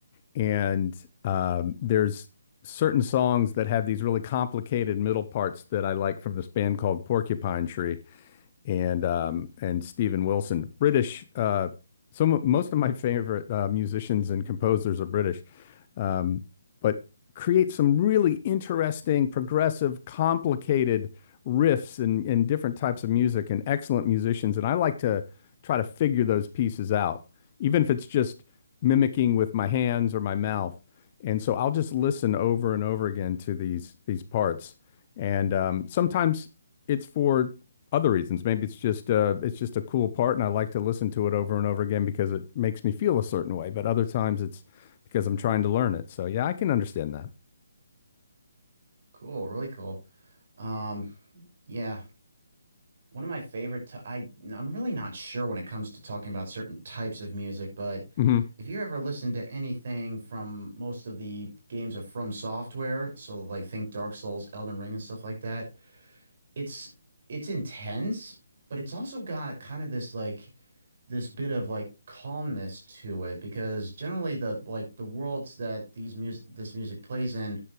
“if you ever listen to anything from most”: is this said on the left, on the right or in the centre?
Right